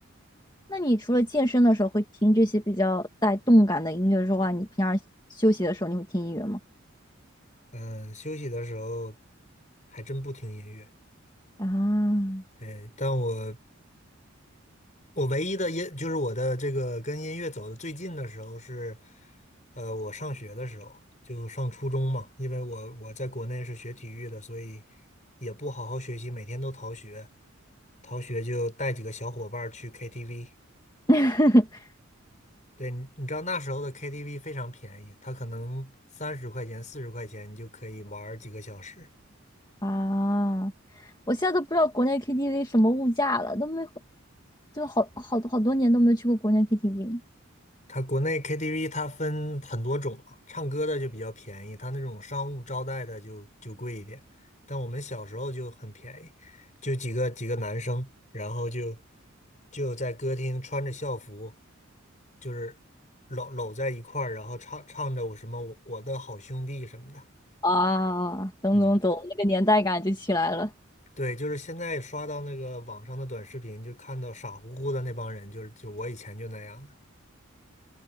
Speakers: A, on the left; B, on the left.
A: <laughs> 那你除了健身的时候会听这些比较带动感的音乐之外，你平常休息的时候你会听音乐吗？
B: 嗯，休息的时候还真不听音乐。
A: 啊，
B: 对，但我我唯一的音就是我的这个跟音乐走的最近的时候是，呃，我上学的时候就上初中嘛，因为我我在国内是学体育的，所以也不好好学习，每天都逃学，逃学就带几个小伙伴儿去 KTV。
A: <laughs>
B: 对，你你知道那时候的 KTV 非常便宜，它可能三十块钱、四十块钱你就可以玩儿几个小时。
A: 啊，我现在都不知道国内 KTV 什么物价了，都没回就好好多好多年都没去过国内 KTV。
B: 它国内 KTV 它分很多种啊，唱歌的就比较便宜，它那种商务招待的就就贵一点。但我们小时候就很便宜，就几个几个男生，然后就就在歌厅穿着校服，就是搂搂在一块儿，然后唱唱着我什么我我的好兄弟什么的。
A: 啊，懂懂懂，
B: 嗯，
A: 那个年代感就起来了。
B: 对，就是现在刷到那个网上的短视频，就看到傻乎乎的那帮人，就是就我以前就那样的。